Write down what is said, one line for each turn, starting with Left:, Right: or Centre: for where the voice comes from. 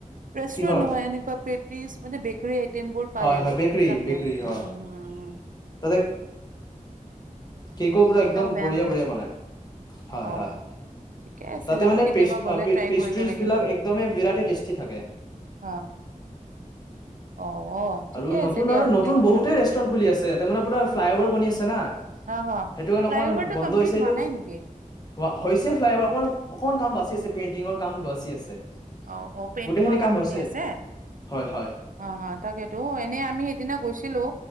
Right: ৰেষ্টুৰেট
Left: কিহৰ
Right: নহয় এনেকুৱা পেটিছ মানে বেক্। টেম্বোৰ পাই
Left: হয়
Right: আৰু
Left: হয় বেকৰী
Right: তাতে
Left: বেকৰী
Right: উ
Left: হয়
Right: উ উ
Left: তাতে কেকো বোলে একদম
Right: বেয়া
Left: বঢ়িয়া
Right: নহয়
Left: বঢ়িয়া বনায় হয়
Right: অ
Left: হয়
Right: ঠিকে আছে
Left: তাতেমানে
Right: যাম কেতিয়াবা
Left: পেছ
Right: গ'লে
Left: পেছ
Right: ট্ৰাই
Left: পেছটিচ্
Right: কৰিব লাগিব
Left: বিলাক বিৰাতেই টেষ্টি থাকে
Right: হা অ অ ঠিকে
Left: আৰু
Right: আছে
Left: নতুন
Right: দিয়া
Left: আৰু
Right: ভালে
Left: নতুন
Right: কথা
Left: বহুতে ৰেষ্টুৰেন খুলি আছে ইয়াতেই মানে পুৰা ফ্ৰিলাইঅভাৰ বনি আছে না
Right: হা হা
Left: হেইটো কাৰণে
Right: ফ্লাই
Left: অকমান
Right: অভাৰটো
Left: বন্ধ
Right: কমপ্লিট
Left: হৈছে
Right: হোৱা
Left: ও
Right: নাই নেকি
Left: অ হৈছে ফ্লাই অভাৰ অকমান অ। কমান কাম বাচি আছে পেইণ্টিংৰ কাম বাচি আছে
Right: অ' অ পেণ্টিংৰ
Left: গোটেইখিনি
Right: কাম
Left: হৈছে
Right: কিনি আছে
Left: হয় হয়
Right: অ অ তাকেতো এনে আমি হে না গৈছিলো